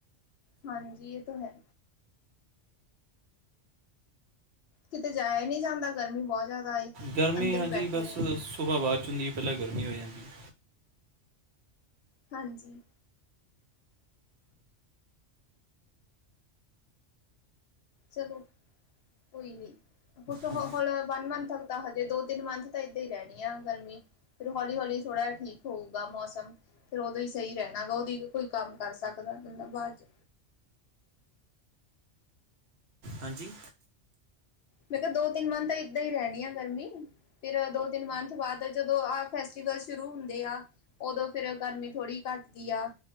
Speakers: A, on the left; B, on the right.
A: ਹਾਂਜੀ ਇਹ ਤਾਂ ਹੈ। ਕਿਤੇ ਜਾਇਆ ਹੀ ਨਹੀ ਜਾਂਦਾ, ਗਰਮੀ ਬਹੁਤ ਜ਼ਿਆਦਾ ਏ।
B: ਗਰਮੀ
A: ਅੰਦਰ
B: ਹਾਂਜੀ
A: ਹੀ ਬੈਠੇ
B: ਬਸ,
A: ਰਹੇ
B: ਸੁਬਾਹ ਬਾਰਸ਼ ਹੁੰਦੀ ਹੈ, ਪਹਿਲਾਂ ਗਰਮੀ ਹੋ ਜਾਂਦੀਏ।
A: ਹਾਂਜੀ, ਚਲੋ ਕੋਈ ਨੀ। ਉਤੇ
B: ਹਾਂ
A: ਹੋਰ ਹੁਣ ਵਨ ਮੰਥ ਤੱਕ ਤਾਂ ਹਜੇ, ਦੋ-ਤਿੰਨ ਮੰਥ ਤਾਂ ਏਦਾਂ ਹੀ ਰਹਿਣੀ ਆ ਗਰਮੀ। ਫਿਰ ਹੌਲੀ-ਹੌਲੀ ਥੋੜ੍ਹਾ ਜਹਾ ਠੀਕ ਹੋਊਗਾ ਮੌਸਮ ਫਿਰ ਉਹਦੋਂ ਹੀ ਸਹੀ ਰਹਿਣਾ ਗਾ, ਉਹਦੀ ਕੋਈ ਕੰਮ ਕਰ ਸਕਦਾ ਮਤਲਬ ਬਾਅਦ ਚ।
B: ਹਾਂਜੀ,
A: ਮੈਂ ਕਿਹਾ ਦੋ ਤਿੰਨ ਮੰਥਨ ਤਾਂ ਇਦਾਂ ਹੀ ਰਹਿਣੀ ਆ ਗਰਮੀ ਫਿਰ ਦੋ ਤਿੰਨ ਮੰਥ ਬਾਅਦ ਜਦੋਂ ਆਹ ਫੈਸਟੀਵਲ ਸ਼ੁਰੂ ਹੁੰਦੇ ਆ ਉਦੋਂ ਫੇਰ ਗਰਮੀ ਥੋੜ੍ਹੀ ਘੱਟਦੀ ਆ